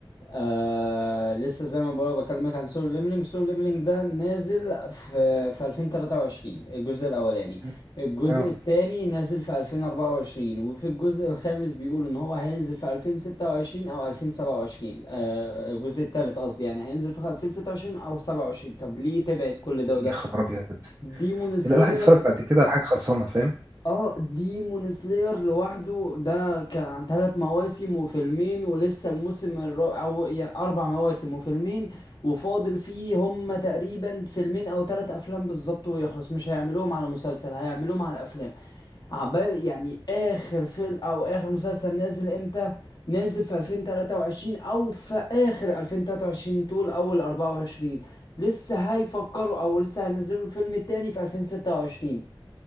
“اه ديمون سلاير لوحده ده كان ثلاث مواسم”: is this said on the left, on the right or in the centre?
Left